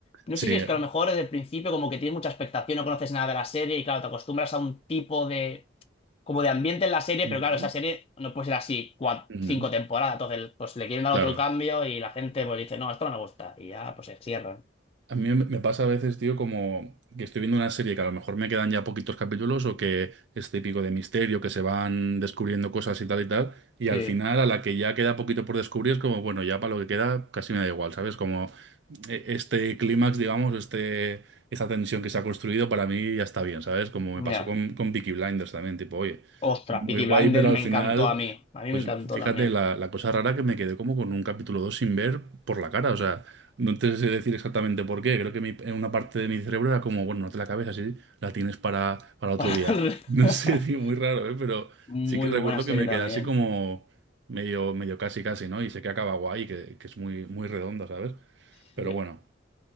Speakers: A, on the left (about 30°); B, on the right (about 65°).
A: No
B: sí.
A: sé si es
B: eh,
A: que a lo mejor desde el principio como que tienes mucha expectación, no conoces nada de la serie y claro, te acostumbras a un tipo de como de ambiente en la serie,
B: ujú,
A: pero claro, esa serie no puede ser así cua-
B: ujú,
A: cinco temporadas. Entonces, pues le quieren dar
B: Claro.
A: otro cambio y la gente pues dice, no, esto no me gusta. Y ya, pues se cierran.
B: A mí me me pasa a veces, tío, como que estoy viendo una serie que a lo mejor me quedan ya poquitos capítulos o que es típico de misterio, que se van descubriendo cosas y tal y tal, y
A: Sí,
B: al final a la que ya queda poquito por descubrir es como, bueno, ya para lo que queda casi me da igual, ¿sabes? Como eh, este clímax, digamos, este, esta tensión que se ha construido para mí ya está bien, ¿sabes? Como me
A: ya.
B: pasó con, con Peaky Blinders también, tipo, oye,
A: Ostras,
B: muy
A: Peaky
B: guay,
A: Blinders
B: pero al
A: me
B: final...
A: encantó a mí. A mí
B: Pues
A: me encantó
B: fíjate
A: también.
B: la, la cosa rara que me quedé como con un capítulo 2 sin ver por la cara. O sea, no te sé decir exactamente por qué. Creo que mi- en una parte de mi cerebro era como, bueno, no te la cabeza, sí, la tienes para,
A: <laughs>
B: para otro
A: Para
B: día.
A: el-
B: No
A: <laughs>
B: sé, <laughs> tío, muy raro, ¿eh? Pero
A: Muy
B: sí que recuerdo
A: buena serie
B: que me
A: también.
B: quedé así como medio, medio casi, casi, ¿no? Y sé que acaba guay, que, que es muy, muy redonda, ¿sabes?
A: Sí.
B: Pero bueno.